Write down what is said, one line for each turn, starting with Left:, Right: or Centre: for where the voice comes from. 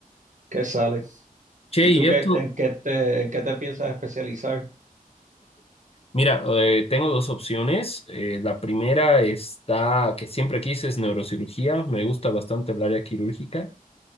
Right: ¿Qué sale?
Left: Che,
Right: ¿Y
Left: y
Right: tú
Left: esto,
Right: qué, en qué te, en qué te piensas especializar?
Left: Mira, eh, tengo dos opciones. Eh, la primera está, que siempre quise, es neurocirugía. Me gusta bastante el área quirúrgica.